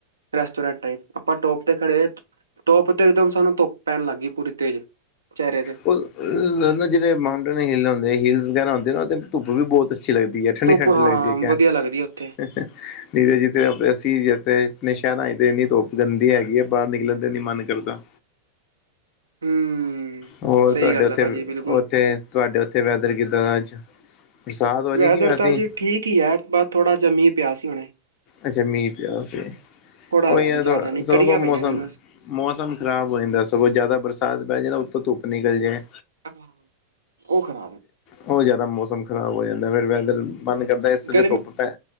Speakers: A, on the right; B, on the left.
A: ਰੈਸਟੋਰੈਂਟ ਟਾਈਪ ਆਪਾਂ ਟੋਪ ਤੇ ਖੜੇ ਟੋਪ ਤੇ ਇਕਦਮ ਸਾਨੂੰ ਧੁੱਪ ਪੈਣ ਲੱਗ ਗਈ ਪੂਰੀ ਤੇਜ਼ ਚਿਹਰੇ ਤੇ।
B: <unintelligible> ਜਿਹੜੇ ਮਾਊਂਟੇਨ ਹਿੱਲ ਹੁੰਦੇ ਹਿਲਸ ਵਗੈਰਾ ਹੁੰਦੇ ਨੇ ਨਾ ਉਹਦੇ ਧੁੱਪ ਵੀ ਬਹੁਤ ਅੱਛੀ ਲੱਗਦੀ ਹੈ। ਠੰਡੀ
A: ਧੁੱਪ
B: ਠੰਡੀ
A: ਹਾਂ
B: ਲੱਗਦੀ ਹੈ
A: ਵਧੀਆ ਲੱਗਦੀ ਉੱਥੇ
B: ਕਹਿ, ਨੀਰੇ ਜੀਤੇ ਅਸੀਂ ਜਥੇ ਆਪਣੇ ਸ਼ਹਿਰਾਂ ਚ ਤਾਂ ਇੰਨੀ ਧੋਪ ਗੰਦੀ ਹੈਗੀ ਆ ਬਾਹਰ ਨਿਕਲਣ ਤੇ ਇੰਨੀ ਮਨ ਕਰਦਾ।
A: ਹੂੰ,
B: ਹੋਰ
A: ਸਹੀ
B: ਤੁਹਾਡੇ
A: ਗੱਲ
B: ਉੱਥੇ
A: ਆ ਭਾਜੀ ਬਿਲਕੁਲ
B: ਉੱਥੇ ਤੁਹਾਡੇ ਉੱਥੇ ਵੈਦਰ ਕਿੱਦਾਂ ਦਾ ਅੱਜ? ਬਰਸਾਤ ਹੋ ਰਹੀ
A: ਵੈਦਰ
B: ਕਿ ਵੈਸੇ
A: ਤਾਂ ਜੀ
B: ਹੀ
A: ਠੀਕ ਹੀ ਹੈ ਬਸ ਥੋੜ੍ਹਾ ਜਾ ਮੀਂਹ ਪਿਆ ਸੀ ਹੁਣੇ।
B: ਅੱਛਾ ਮੀਂਹ ਪਿਆ ਸੀ,
A: ਥੋੜਾ
B: ਉਹੀ
A: ਪਿਆ
B: ਯਾਰ
A: ਸੀ ਜ਼ਿਆਦਾ ਨਹੀਂ ਕਣੀਆਂ ਪਈਆਂ
B: ਮੌਸਮ
A: ਸੀ ਬਸ
B: ਮੌਸਮ ਖ਼ਰਾਬ ਹੋ ਜਾਂਦਾ ਸਗੋਂ ਜ਼ਿਆਦਾ ਬਰਸਾਤ ਪੈ ਜੇ ਨਾ ਉੱਥੋਂ ਧੁੱਪ ਨਿਕਲ ਜਾਏ।
A: <unintelligible>
B: ਉਹ ਜ਼ਿਆਦਾ ਮੌਸਮ ਖ਼ਰਾਬ ਹੋ ਜਾਂਦਾ ਫਿਰ ਵੈਦਰ। ਮਨ ਕਰਦਾ ਇਸ ਵੇਲੇ
A: ਗਰਮੀ
B: ਧੁੱਪ ਪੈ